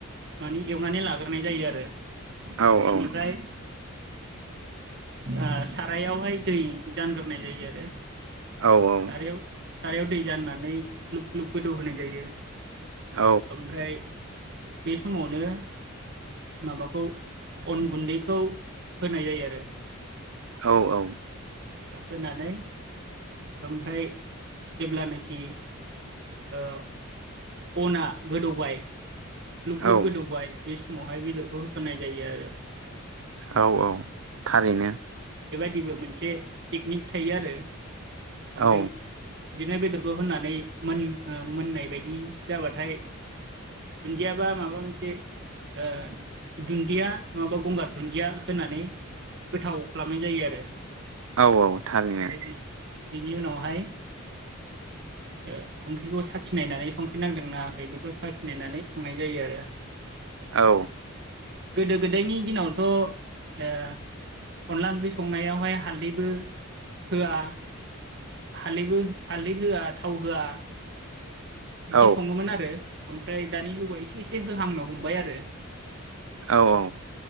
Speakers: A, on the right (about 55°); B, on the right (about 75°).
A: माने एवनानै लाग्रोनाय जायो आरो।
B: औ
A: बिनिफ्राय
B: औ
A: आह सारायावहाय दै जानग्रोनाय जायो आरो।
B: औ औ
A: सारायाव सारायाव दै जाननानै ग्लुब ग्लुब गोदौ होनाय जायो।
B: औ
A: ओमफ्राय बे समावनो माबाखौ अन गुन्दैखौ होनाय जायो आरो।
B: औ औ
A: होनानै ओमफ्राय जेब्लानोखि ओ अना गोदौबाय ग्लुुब
B: औ
A: ग्लुुब गोदौबाय बे समावहाय बेदरखौ होसननाय जायो आरो।
B: औ औ थारैनो।
A: जेबो मोनसे टेकनिक थायो आरो। ओमफ्राय
B: औ
A: बिदिनो बेदरखौ होनानै मोन-मोननाय बायदि जाबाथाय दुन्दियाबा माबा मोनसे ओ दुन्दिया नङाबा गंगार दुन्दिया होनानै गोथाव खालामनाय जायो आरो।
B: औ औ थारैनो।
A: ओमफ्राय बि बिनि उनावहाय ओ ओंख्रिखौ साखिनायनानै संख्रि नांदों नाङाखै बेखौ साखिनायनानै खांनाय जायो आरो।
B: औ
A: गोदो गोदायनि दिनावथ' ओ अनला ओंख्रि संनायावहाय हालदैबो होआ हालदैबो हालदै होआ थाव होआ बिदि
B: औ
A: सङोमोन आरो। ओमफ्राय दानि जुगाव एसे एसे होहांनो हमबाय आरो।
B: औ औ